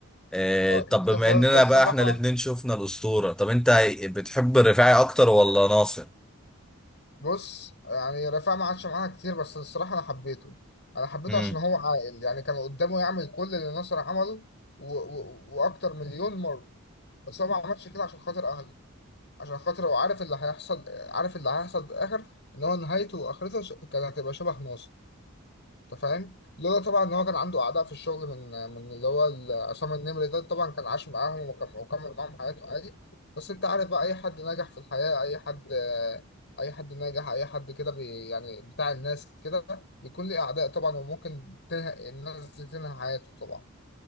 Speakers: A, in the centre; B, on the left.
A: آه،
B: اه
A: طب
B: المسلسلات
A: بما اننا
B: ده الصراحه
A: بقى احنا الاتنين شفنا الاسطوره طب انت بتحب الرفاعي اكتر ولا ناصر
B: بص يعني رفاعة ما عادش معانا كتير بس الصراحة أنا حبيته أنا حبيته
A: مم.
B: عشان هو عاقل يعني كان قدامه يعمل كل اللي نصر عمله و... و... وأكتر مليون مرة بس هو ما عملش كده عشان خاطر أهله عشان خاطر هو عارف اللي هيحصل عارف اللي هيحصل في الآخر إن هو نهايته وآخرته ش- كانت هتبقى شبه ناصر انت فاهم لولا طبعا ان هو كان عنده اعداء في الشغل من من اللي هو ال- عصام النمري ده طبعا كان عاش معاهم وكم- وكمل معاهم حياته عادي بس انت عارف بقى اي حد ناجح في الحياة اي حد اي حد ناجح اي حد كده بي يعني بتاع الناس كده بيكون ليه اعداء طبعا وممكن تنهي الناس دي تنهي حياته طبعا